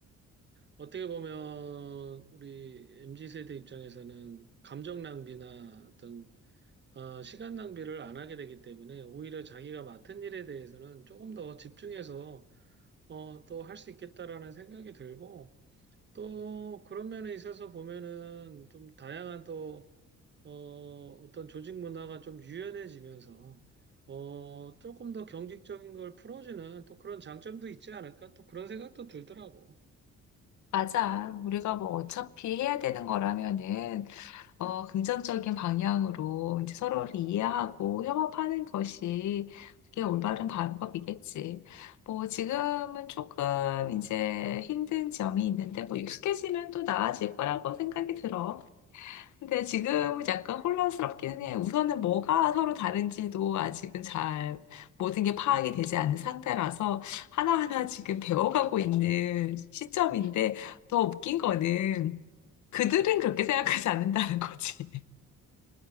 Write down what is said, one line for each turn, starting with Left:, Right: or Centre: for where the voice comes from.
Right: 어떻게 보면 우리 MZ 세대 입장에서는 감정 낭비나 어떤 어, 시간 낭비를 안 하게 되기 때문에 오히려 자기가 맡은 일에 대해서는 조금 더 집중해서 어, 또 할 수 있겠다라는 생각이 들고, 또 그런 면에 있어서 보면은 좀 다양한 또, 어, 어떤 조직 문화가 좀 유연해지면서, 어, 조금 더 경직적인 걸 풀어주는 또 그런 장점도 있지 않을까? 또 그런 생각도 들더라고.
Left: 맞아. 우리가 뭐 어차피 해야 되는 거라면은 어, 긍정적인 방향으로 이제 서로를 이해하고 협업하는 것이 그게 올바른 방법이겠지. 뭐 지금은 조금 이제 힘든 점이 있는데 뭐 익숙해지면 또 나아질 거라고 생각이 들어. 근데 지금은 약간 혼란스럽기는 해. 우선은 뭐가 서로 다른지도 아직은 잘 모든 게 파악이 되지 않은 상태라서 하나하나 지금 배워가고 있는 시점인데 더 웃긴 거는 그들은 그렇게 생각하지 않는다는 거지.